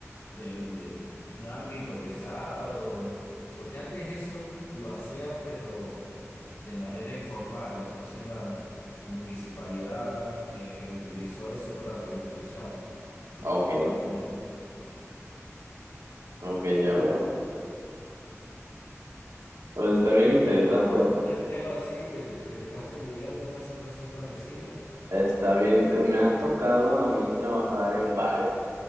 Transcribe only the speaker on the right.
ok,
ok, ya
veo. Pues está bien interesante,
está bien, me ha tocado a mí trabajar en bares,